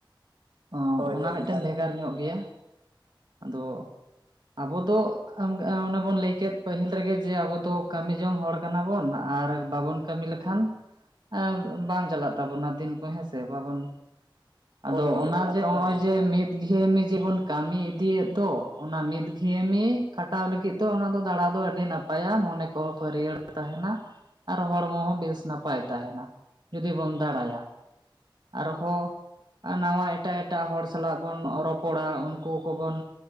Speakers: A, on the right; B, on the right.
A: ᱚ
B: ᱦᱳᱭ
A: ᱚᱱᱟ
B: ᱦᱳᱭ
A: ᱢᱤᱫᱴᱮᱱ
B: ᱮᱠᱟᱞ
A: ᱵᱷᱮᱜᱟᱨ
B: ᱮᱠᱟᱞ
A: ᱧᱚᱜ ᱜᱮᱭᱟ ᱟᱫᱚ ᱟᱹᱵᱚ ᱫᱚ ᱟᱢ ᱚᱱᱮ ᱵᱩᱱ ᱞᱟᱹᱭ ᱠᱮᱫ ᱯᱟᱹᱦᱤᱞ ᱨᱮᱜᱮ ᱡᱮ ᱟᱵᱚ ᱫᱚ ᱠᱟᱹᱢᱤ ᱡᱚᱝ ᱦᱚᱲ ᱠᱟᱱᱟ ᱵᱚᱱ ᱟᱨ ᱵᱟᱵᱚᱱ ᱠᱟᱹᱢᱤ ᱞᱮᱠᱷᱟᱱ ᱮ ᱵᱟᱝ ᱪᱟᱞᱟᱜ ᱛᱟᱵᱳᱱᱟ ᱫᱤᱱ ᱠᱚ ᱦᱮᱸᱥᱮ ᱵᱟᱵᱚᱱ ᱟᱫᱚ
B: ᱦᱳᱭ ᱦᱳᱭ
A: ᱚᱱᱟ
B: ᱮᱠᱟᱞ
A: ᱡᱮ
B: ᱮᱠᱟᱞ
A: ᱚᱸᱼᱚᱸᱭ ᱡᱮ ᱢᱤᱫ ᱢᱤᱫ ᱜᱷᱤᱭᱟᱹᱢᱤ ᱡᱤᱵᱚᱱ ᱠᱟᱹᱢᱤ ᱤᱫᱤᱭᱮᱫ ᱫᱚ ᱚᱱᱟ ᱢᱤᱫ ᱜᱷᱤᱭᱟᱹᱢᱤ ᱠᱷᱟᱴᱟᱣ ᱞᱟᱹᱜᱤᱫ ᱞᱟᱹᱜᱤᱫ ᱫᱚ ᱚᱱᱟ ᱫᱚ ᱫᱟᱲᱟ ᱫᱚ ᱟᱹᱰᱤ ᱱᱟᱯᱟᱭᱟ ᱢᱚᱱᱮ ᱠᱚᱦᱚᱸ ᱯᱷᱟᱹᱨᱭᱟᱹᱲ ᱛᱟᱦᱮᱱᱟ᱾ ᱟᱨ ᱦᱚᱲᱢᱚ ᱦᱚᱸ ᱵᱮᱥ ᱱᱟᱯᱟᱭ ᱛᱟᱦᱮᱱᱟ ᱡᱩᱫᱤ ᱵᱚᱱ ᱫᱟᱬᱟᱭᱟ᱾ ᱟᱨᱦᱚᱸ ᱱᱟᱶᱟ ᱮᱴᱟᱜᱼᱮᱴᱟᱜ ᱦᱚᱲ ᱥᱟᱞᱟᱜ ᱵᱚᱱ ᱨᱚᱯᱚᱲᱟ ᱩᱱᱠᱩ ᱠᱚᱵᱚᱱ